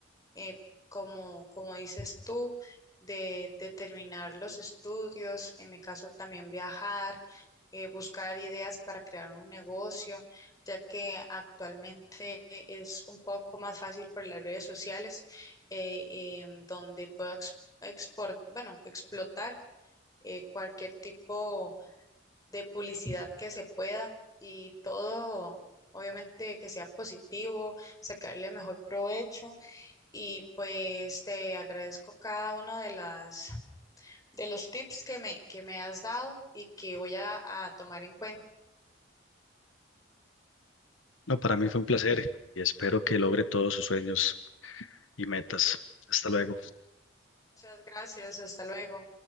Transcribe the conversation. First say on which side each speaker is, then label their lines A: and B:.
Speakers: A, on the left; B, on the left.
A: eh, como, como dices tú, de, de terminar los estudios, en mi caso también viajar, eh, buscar ideas para crear un negocio, ya que actualmente es un poco más fácil por las redes sociales, eh, em, donde puedo ex- export- bueno, explotar eh, cualquier tipo de publicidad que se pueda y todo, obviamente, que sea positivo, sacarle mejor provecho y pues te agradezco cada uno de las de los tips que me, que me has dado y que voy a a tomar en cuenta.
B: No, para mí fue un placer y espero que logre todos sus sueños y metas. Hasta luego.
A: Muchas gracias, hasta luego.